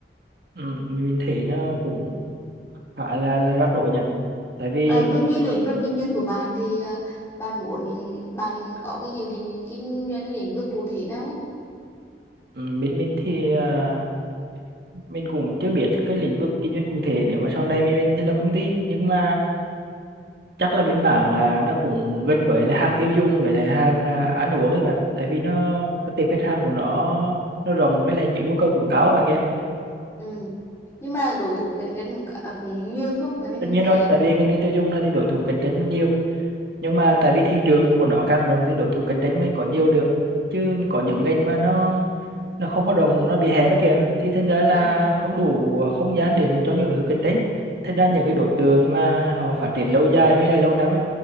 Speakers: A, on the right; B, on the left.
A: ừ, mình thấy nó cũng khá là là rắc rối nhỉ tại vì
B: à, bên cái lĩnh vực kinh doanh của bạn thì à, bạn muốn bạn có cái dự định kinh doanh lĩnh vực cụ thể nào không
A: ừ, bên mình thì à, mình cũng chưa biết cái lĩnh vực kinh doanh cụ thể nếu mà sau này mình, mình thì là công ty nhưng mà chắc là bên mảng à, nó cũng gần với là hàng tiêu dùng với lại hàng à, ăn uống ấy bạn tại vì nó các tiệm khách hàng của nó nó rộng với lại những nhu cầu cũng cao á bạn kia
B: ừ. nhưng mà đối thủ cạnh tranh cũng, cả- à, cũng nhiều phải không mà mình
A: tất
B: mình
A: nhiên
B: thấy
A: rồi tại vì ngành nghề tiêu dùng này thì đối thủ cạnh tranh nhiều nhưng mà tại vì thị trường của nó càng rộng thì đối thủ cạnh tranh mới có nhiều được chứ có những ngành mà nó nó không có rộng nó bị hẹp ấy kìa thì thành ra là
B: ừ.
A: không đủ không gian để mà cho nhiều đối thủ cạnh tranh thành ra những cái đối tượng mà họ phát triển lâu dài hay là lâu năm ấy